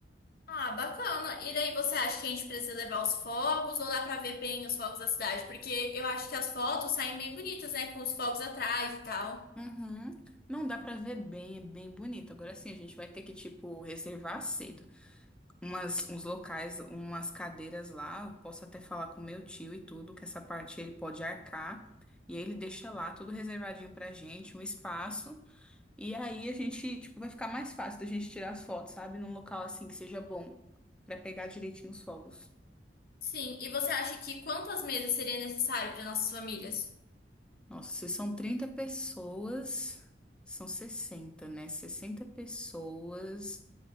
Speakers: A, on the left; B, in the centre.
A: Ah, bacana. E daí você acha que a gente precisa levar os fogos ou dá pra ver bem os fogos da cidade? Porque eu acho que as fotos saem bem bonitas, né? Com os fogos atrás e tal.
B: Uhum. Não dá pra ver bem, é bem bonito. Agora sim, a gente vai ter que, tipo, reservar cedo. umas, uns locais, umas cadeiras lá. Eu posso até falar com meu tio e tudo, que essa parte ele pode arcar. E aí ele deixa lá tudo reservadinho pra gente, um espaço. E aí a gente, tipo, vai ficar mais fácil da gente tirar as fotos, sabe? Num local assim que seja bom, pra pegar direitinho os fogos.
A: Sim, e você acha que quantas mesas seria necessário para nossas famílias?
B: Nossa, se são 30 pessoas, são sessenta né? sessenta pessoas